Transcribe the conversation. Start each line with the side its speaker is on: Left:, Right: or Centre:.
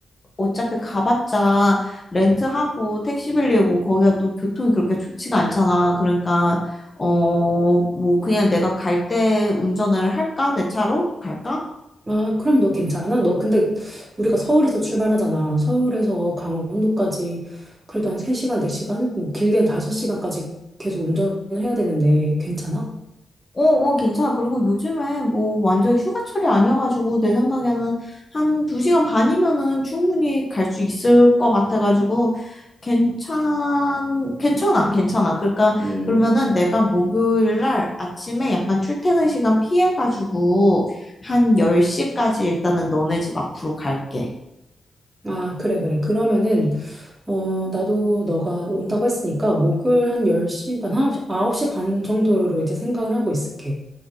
Left: 어차피 가봤자 렌트하고 택시 빌리고 거기가 또 교통이 그렇게 좋지가 않잖아. 그러니까 어, 뭐 그냥 내가 갈 때 운전을 할까? 내 차로 갈까?
Right: 아, 그럼 너 괜찮아? 너 근데 우리가 서울에서 출발하잖아. 서울에서 강원도까지 그래도 한 3시간, 4시간? 뭐 길게는 5시간까지 계속 운전을 해야 되는데 괜찮아?
Left: 어, 어, 괜찮아. 그리고 요즘에 뭐 완전 휴가철이 아니어가지고 내 생각에는 한 두시간 반이면은 충분히 갈 수 있을 것 같아가지고 괜찮, 괜찮아, 괜찮아. 그러니까
Right: 음,
Left: 그러면은 내가 목요일 날 아침에 약간 출퇴근 시간 피해가지고 한 10시까지 일단은 너네 집 앞으로 갈게.
Right: 아, 그래, 그래. 그러면은, 어, 나도 너가 온다고 했으니까, 목요일 한 10시, 난 9시, 9시 반 정도로 이제 생각을 하고 있을게.